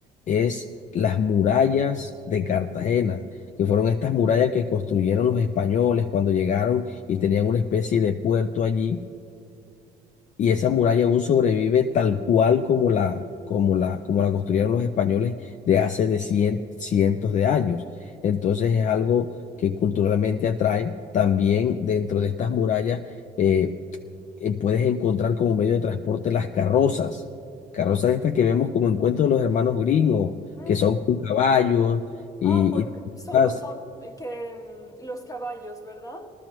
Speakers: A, on the left; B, on the left.
A: es las murallas de Cartagena, que fueron estas murallas que construyeron los españoles cuando llegaron y tenían una especie de puerto allí y esa muralla aún sobrevive tal cual como la, como la, como la construyeron los españoles de hace de cien- cientos de años. Entonces es algo que culturalmente atrae. También dentro de estas murallas eh, eh, puedes encontrar como medio de transporte las carrozas, carrozas estas que vemos como en cuentos de los hermanos gringos,
B: Mm,
A: que son con caballos y,
B: ah, porque
A: y-
B: son
A: ah,
B: como eh, que mm, los caballos, ¿verdad?